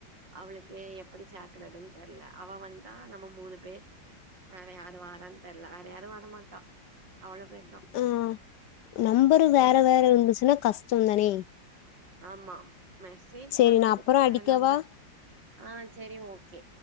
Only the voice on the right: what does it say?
அவளுக்கு எப் படி ச்சக்குறதுன்னு தெர்ல அவ வந்தா நம்ம மூணு பேர் வேற யாரு வாறான்னு தெர்ல வேற யாரு வரமாட்டா அவள பேர்தா
சேரி
ஆமா மெசேஜ்
பண்றதுக்கு
வேற நம்பர் ஆ சேரி ஓகே